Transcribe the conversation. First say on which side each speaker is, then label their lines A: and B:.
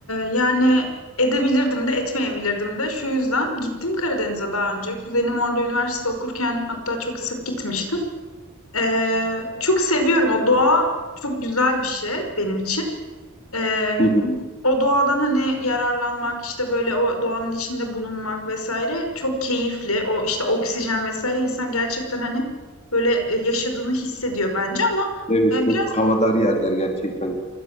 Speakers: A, on the left; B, on the left.
A: yani edebilirdim de etmeyebilirdim de şu yüzden gittim Karadeniz'e daha önce. Kuzenim orada üniversite okurken hatta çok sık gitmiştim. Ee, çok seviyorum o doğa çok güzel bir şey benim için. Eee,
B: Hı hı.
A: o doğadan hani yararlanmak işte böyle o doğanın içinde bulunmak vesaire çok keyifli. O işte oksijen vesaire insan gerçekten hani böyle e, yaşadığını hissediyor bence ama
B: Evet
A: e,
B: çok
A: biraz
B: havadar yerler gerçekten.